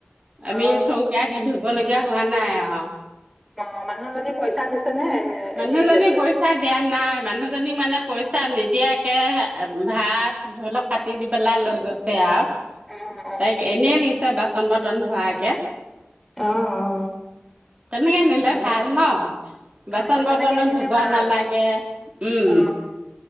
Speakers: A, on the right; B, in the centre.
A: আমি
B: অ
A: চৌও-কেৰাহী ধুব লাগি কিয় হোৱা নাই আ।
B: অঁ মানুহজনী পইচা দিছে। নে এনে
A: মানুহজনী
B: এনেই গৈছে
A: পইচা দিয়া নাই মানুহ- জনীক মানে পইচা নিদিয়াকে ভাত- ধৰি লওক কাটি দি পেলাই লৈ গৈছে আও।
B: অ অ
A: তাইক এনেই নিছে বাচন বৰ্তন ধুৱাই -
B: অ অ অ
A: তেনেকে নিলে
B: ভালে
A: ভাল
B: দে
A: ন। বাচন
B: অ
A: বৰ্তনো
B: তেনেকে দিলে
A: ধুব
B: ভাল
A: নালাগে উম।
B: অ